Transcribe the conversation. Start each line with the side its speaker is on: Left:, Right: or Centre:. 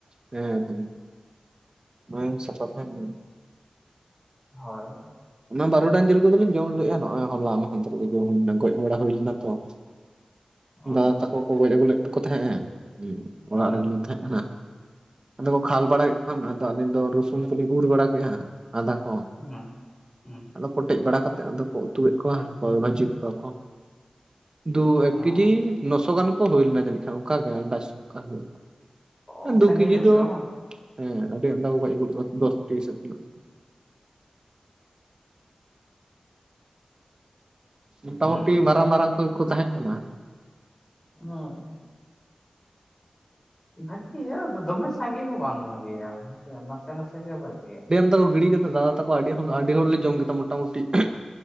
Right: ᱦᱮᱸ ᱦᱮᱸ ᱥᱟᱯᱟ ᱛᱟᱦᱮᱱ ᱾
Left: ᱦᱳᱭ ᱾
Right: ᱚᱱᱟ ᱵᱟᱨᱚᱴᱟᱝ ᱡᱤᱞ ᱠᱚᱫᱚᱞᱤᱧ ᱡᱚᱢ ᱞᱮᱼᱟ ᱱᱚᱜᱼᱚᱭ ᱦᱚᱞᱟ ᱢᱟᱦᱫᱮᱨ ᱜᱮ ᱡᱚᱢ ᱦᱩᱭ ᱞᱮᱱᱟ ᱜᱚᱡ ᱵᱟᱲᱟ ᱦᱩᱭ ᱞᱮᱱᱟ ᱛᱚ ᱾
Left: ᱦᱩᱸ
Right: ᱫᱟᱫᱟ ᱛᱟᱠᱚ ᱠᱚ ᱜᱚᱡ ᱟᱹᱜᱩ ᱞᱮᱫ ᱠᱚ ᱛᱟᱦᱮᱸᱱᱟ ᱦᱮ ᱚᱲᱟᱜ
Left: ᱦᱩᱸ
Right: ᱨᱮᱜ ᱞᱤᱧ ᱛᱟᱦᱮᱸᱜ ᱠᱟᱱᱟ᱾ ᱟᱫᱚ ᱠᱚ ᱠᱷᱟᱞ ᱵᱟᱲᱟ ᱠᱮᱫ ᱠᱷᱟᱱ ᱟᱫᱚ ᱟᱞᱤᱧ ᱫᱚ ᱨᱚᱥᱩᱱ ᱠᱚᱞᱤᱧ ᱩᱨ ᱵᱟᱲᱟ ᱠᱮᱜ-ᱟ ᱟᱫᱟ ᱠᱚ
Left: ᱦᱮᱸ ᱦᱩᱸ
Right: ᱟᱫᱚ ᱠᱚᱴᱮᱡ ᱵᱟᱲᱟ ᱠᱟᱛᱮᱫ ᱟᱫᱚ ᱠᱚ ᱩᱛᱩ ᱠᱮᱫ ᱠᱚᱣᱟ ᱠᱚ ᱵᱷᱟᱡᱤ ᱠᱮᱫ ᱠᱚᱣᱟ ᱠᱚ᱾ ᱫᱩ ᱮᱠ
Left: ᱦᱩᱸ
Right: ᱠᱮᱡᱤ ᱱᱚᱥᱚ ᱜᱟᱱ ᱠᱚ ᱦᱩᱭ ᱞᱮᱱᱟ ᱡᱟᱹᱱᱤᱡ ᱠᱷᱟᱱ ᱚᱱᱠᱟ ᱜᱮ ᱟᱱᱫᱟᱡ ᱚᱱᱠᱟ ᱦᱩᱭᱩᱜ
Left: ᱚ
Right: ᱟ ᱫᱩ
Left: ᱥᱟᱸᱜᱮ
Right: ᱠᱤᱡᱤ
Left: ᱧᱚᱜ
Right: ᱫᱚ
Left: ᱜᱮ ᱵᱟᱝ
Right: ᱦᱮᱸ ᱟᱰᱤ ᱟᱢᱫᱟ ᱠᱩ ᱜᱚᱡ ᱟᱹᱜᱩ ᱞᱮᱫ ᱠᱚᱣᱟ ᱫᱚᱥ ᱴᱤ ᱥᱮ ᱛᱤᱱᱟᱹᱜ ᱢᱚᱴᱟᱢᱩᱴᱤ
Left: ᱦᱩᱸ
Right: ᱢᱟᱨᱟᱝ ᱢᱟᱨᱟᱝ ᱠᱚ ᱜᱮ ᱠᱚ ᱛᱟᱦᱮᱸ ᱠᱟᱱᱟ
Left: ᱚᱸ ᱵᱷᱟᱜᱤ ᱭᱟ ᱟᱫᱚ ᱫᱚᱢᱮ ᱥᱟ ᱜᱮ ᱦᱚᱸ ᱵᱟᱝ ᱵᱷᱟᱜᱮ ᱭᱟ ᱦᱮᱸ ᱥᱮ ᱱᱟᱥᱮ ᱱᱟᱥᱮ ᱜᱮ ᱵᱷᱟᱜᱤ ᱭᱟ᱾
Right: ᱫᱟ ᱛᱟᱠᱚ ᱜᱤᱰᱤ ᱠᱮᱫᱟ ᱫᱟᱫᱟ ᱛᱟᱠᱚ ᱟᱹᱰᱤ ᱦᱚᱲ ᱞᱮ ᱡᱚᱢ ᱠᱮᱫᱟ ᱢᱚᱴᱟ ᱢᱩᱴᱤ